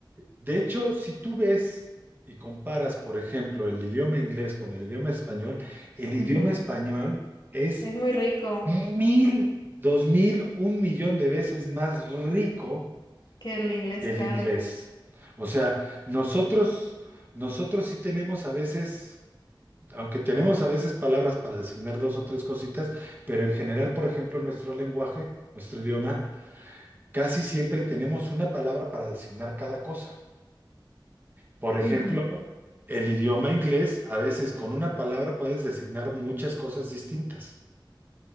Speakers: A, on the right; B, on the left.
A: de hecho, si tú ves y comparas, por ejemplo, el idioma inglés con el idioma español, el idioma
B: Ujú.
A: español es
B: Es muy rico
A: mil, dos mil, un millón de veces más rico
B: que el inglés,
A: que el
B: claro.
A: inglés. O sea, nosotros, nosotros sí tenemos a veces, aunque tenemos a veces palabras para designar dos o tres cositas, pero en general, por ejemplo, nuestro lenguaje, nuestro idioma, casi siempre tenemos una palabra para designar cada cosa. Por ejemplo,
B: Ujú.
A: el idioma inglés, a veces con una palabra puedes designar muchas cosas distintas.